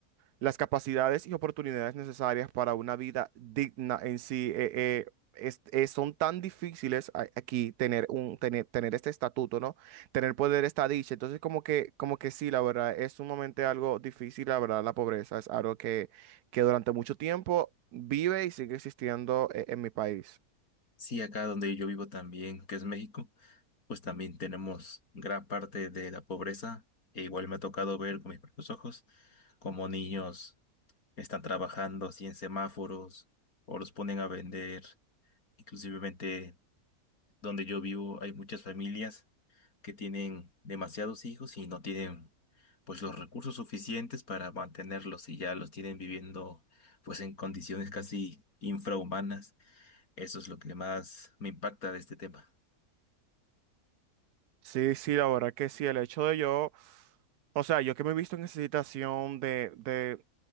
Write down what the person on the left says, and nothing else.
Sí, acá donde yo vivo también, que es México, pues también tenemos gran parte de la pobreza. E igual me ha tocado ver con mis propios ojos cómo niños están trabajando así en semáforos o los ponen a vender, inclusivemente Donde yo vivo hay muchas familias que tienen demasiados hijos y no tienen pues los recursos suficientes para mantenerlos y ya los tienen viviendo pues en condiciones casi infrahumanas. Eso es lo que más me impacta de este tema.